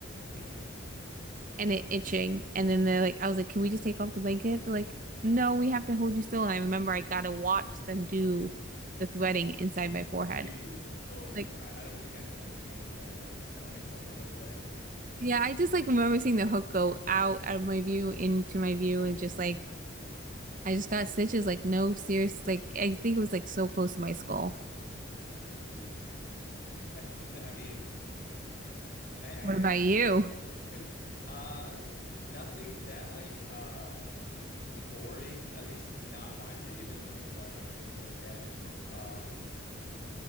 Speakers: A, on the left; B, on the right.
A: Mm-hmm.
B: and it itching. And then they're like, I was like, can we just take off the blanket? They're like, no, we have to hold you still. And I remember I got to watch them do the threading inside my forehead.
A: Eee. Well,
B: Like,
A: I, I don't think I could like handle that, like <laughs> stomach something like that.
B: yeah, I just like remember seeing the hook go out out of my view into my view and just like I just got stitches. Like, no, serious. Like, I think it was like so close to my skull.
A: Oof. That's, <laughs> I mean, I, I,
B: What about you? <laughs>
A: I <laughs> uh, nothing that like uh gory. At least not in my opinion. There's no blood or anything like that. Um,